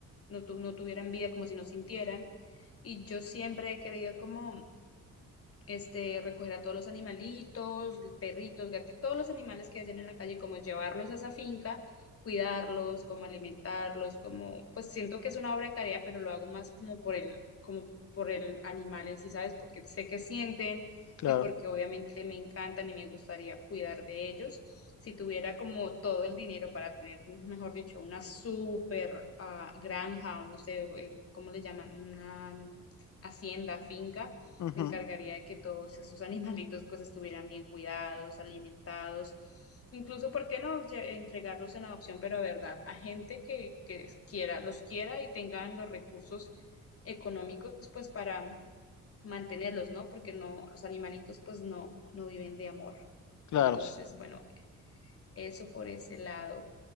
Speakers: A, on the left; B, on the left.
A: no, tu- no tuvieran vida, como si no sintieran. Y yo siempre he querido como este, recoger a todos los animalitos, perritos, gatitos, todos los animales que hayan en la calle, como llevarlos a esa finca, cuidarlos, como alimentarlos, como, pues siento que es una obra de caridad, pero lo hago más como por el, como por el animal en sí, ¿sabes? Porque sé que sienten
B: claro,
A: y porque obviamente me encantan y me gustaría cuidar de ellos. Si tuviera como todo el dinero para tener, mejor dicho, una super ah, granja, o no sé, eh, ¿cómo le llaman? Una hacienda, finca,
B: ujú,
A: me encargaría de que todos esos animalitos pues estuvieran bien cuidados, alimentados, incluso, ¿por qué no lle- entregarlos en adopción, pero de verdad, a gente que, que quiera, los quiera y tengan los recursos económicos pues para mantenerlos, ¿no? Porque no, los animalitos pues no, no viven de amor.
B: claro.
A: Entonces,
B: s-
A: bueno, eso por ese lado.